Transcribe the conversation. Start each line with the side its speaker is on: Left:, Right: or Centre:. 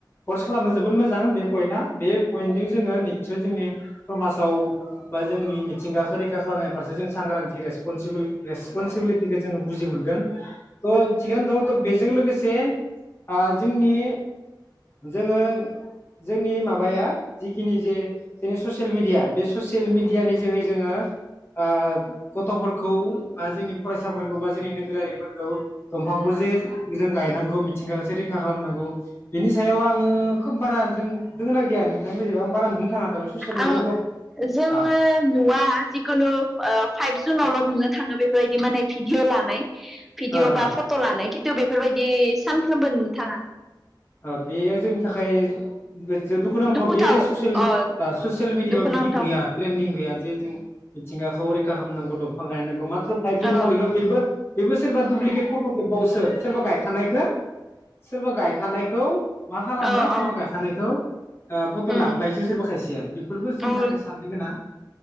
Left: कर्स खालामदों जोबोद मो जां बे पइन्टआ बे पइन्टजों जोङो निस्सय जोंनि समाजाव बा जोंनि मिथिंगाखो रैखा खालामनाय फारसे जों सांग्रांथि रेसपनसिबोल रेसपनसिबिलिटिखौ जोङो बुजि मोनगोन थ' थिगानो दं थ' बेजों लोगोसे से ओ जोंनि जोङो जोंनि माबाया जिखिनि जे जोंनि ससियेल मिडिया बे ससियेल मिडियानि जोहै जोङो ओ गथ'फोरखौ बा जोंनि फरायसाफोरखौ बा जोंनि <unintelligible> <unintelligible> दंफांखौ जे जों गायनांगौ मिथिंगा जे रैखा खालामनांगौ बेनि सायाव आङो खोब बारा जों दङो ना गैया नोंथांनि बायदिब्ला आं बारा नुनो थाङाखै ससियेल मिडियाआव
Centre: आं
Left: दं
Centre: जोङो
Left: ए
Centre: नुवा जिखुनु ओ फाइभ जुनावल' नुनो थाङो बेफोरबायदि माने भिडिअ लानाय भिदिअ
Left: आ
Centre: बा
Left: आ
Centre: फट' लानाय खिन्थु बेफोरबायदि सानफ्रोमबो नुनो थाङा
Left: ओ बेयो जोंनि थाखाय दुखुनांथाव
Centre: दुखुथाव
Left: बियो जे ससियेल ओ
Centre: अ
Left: ससियेल मिडियाआव
Centre: दुखुनांथाव
Left: बिदि गैया ट्रेन्डदिं गैया। जे जों मिथिंगाखौ रैखा खामनांगौ दंफां गायनांगौ माथ्र फाइभ जुन
Centre: औ
Left: खालिल' बेबो बेबो सोरबा दुब्लिगेट फट' खेबावोसो सोरबा गायखानायखौ सोरबा गायखानाय खौ मा खालामो
Centre: औ
Left: सोरबा
Centre: औ
Left: गायखानायखौ ओ पट'
Centre: उम
Left: लाफ्लायोसो सोरबा खायसेया बेफोरबो जोंनि
Centre: औ
Left: थाखाय साननो गोनां